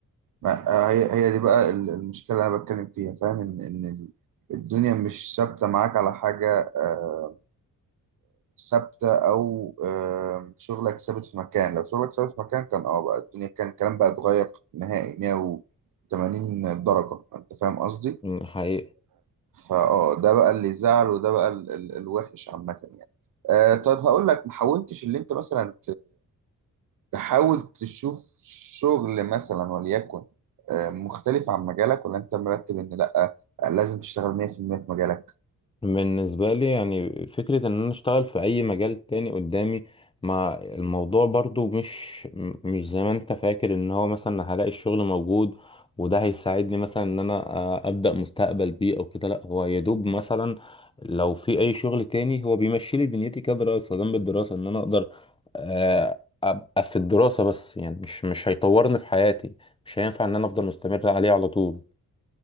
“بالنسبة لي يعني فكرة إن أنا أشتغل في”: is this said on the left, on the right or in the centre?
Left